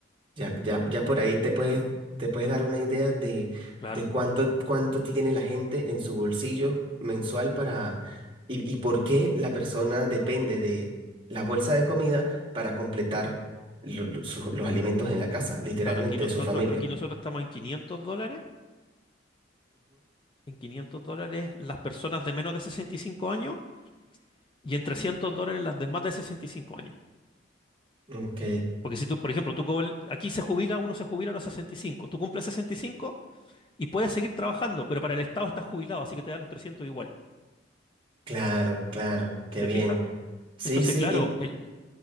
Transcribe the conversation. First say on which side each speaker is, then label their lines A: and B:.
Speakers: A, on the right; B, on the left.
A: Ya, ya, ya por ahí te puedes, te puedes dar una idea de,
B: Claro,
A: de cuánto, cuánto tiene la gente en su bolsillo mensual para, y, y por qué la persona depende de la bolsa de comida para completar lo- lo- su- los alimentos en la casa, literalmente,
B: claro, aquí nosotros,
A: de su familia.
B: aquí nosotros estamos en 500 dólares, en 500 dólares las personas de menos de 65 años y en 300 dólares las de más de 65 años.
A: Ujú, Ok,
B: Porque si tú, por ejemplo, tú cobr- aquí se jubila, uno se jubila a los 65, tú cumples 65 y cinco y puedes seguir trabajando, pero para el Estado estás jubilado, así que te dan los 300 igual.
A: claro, claro, qué
B: ¿Te
A: bien.
B: fijas?
A: Sí,
B: Entonces,
A: sí,
B: claro,
A: y
B: el-